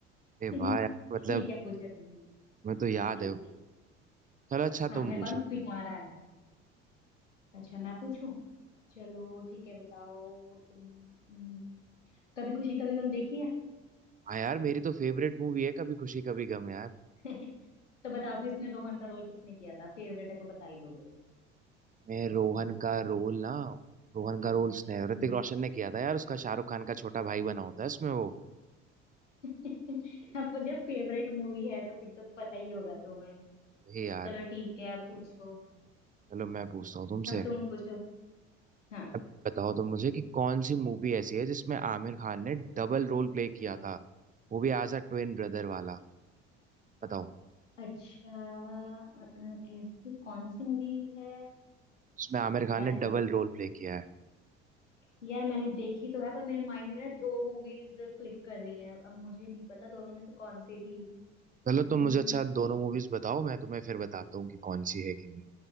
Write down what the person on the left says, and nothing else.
<laughs>
ये क्या पूछा तुमने
<laughs>
हाँ
मेरे
पास पिटारा है अच्छा मैं पूछूं चलो ठीक है बताओ तुम हम्म, कभी खुशी कभी गम देखी
है <laughs> तो बताओ फिर इसमें रोहन का रोल किसने किया था फेवरेट है तो बता ही दोगे
हम्म
<laughs> अब जब फेवरेट मूवी है तो फिर तो पता ही होगा तुम्हें
चलो ठीक है अब पूछो
अब तुम पूछो हाँ
अच्छा अ, अ, ऐसी कौन सी मूवी है
यार
ये
तो थोड़ा
यार मैंने देखी तो है पर मेरे माइंड में ना दो मूवीज क्लिक कर रही हैं अब मुझे नहीं पता दोनों में से कौन सी थी
हम्म,
एक